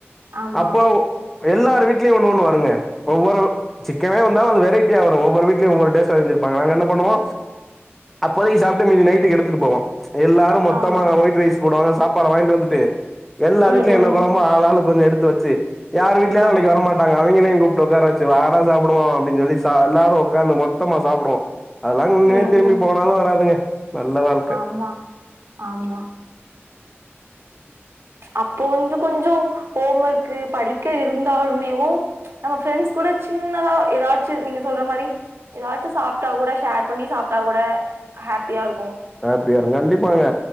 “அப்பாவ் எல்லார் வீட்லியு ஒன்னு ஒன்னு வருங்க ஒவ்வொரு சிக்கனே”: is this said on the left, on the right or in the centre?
Centre